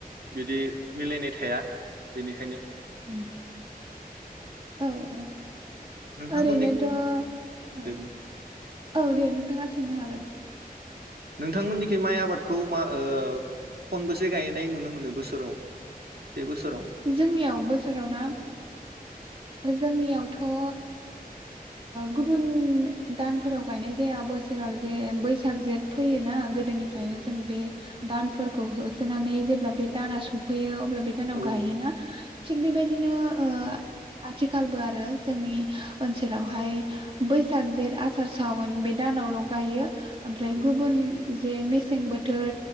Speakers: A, on the right; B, on the right.
A: बिदि मिलायनाय थाया बेनिख
B: उम औ औ
A: नोंथांमोननि
B: ओरैनोथ' औ
A: दे बुं
B: औ दे नोंथाङा सोंनो हागोन।
A: नोंथांमोननिखै माइ आबादखौ मा ओ खनबसे गायनाय नुनो मोनो बोसोराव से बोसोराव
B: जोंनियाव बोसोराव ना ओ जोंनियावथ' ओ गुबुन दानफोराव गायनाय जाया बोस सोराव
A: औ
B: जे बैसाग जेठ फैयोना आं गोदोनिफ्रायनो
A: औ
B: जों बे दानफोरखौ हो सोनानै जेब्ला बे दाना सौफैयो अब्ला बे दानाव
A: औ
B: गायोना थिक बेबायदिनो ओ आथिखालबो आरो जोंनि ओनसोलावहाय बैसाग जेठ आसार सावन बे दानावल' गायो। ओमफ्राय
A: औ
B: गुबुन जे मेसें बोथोर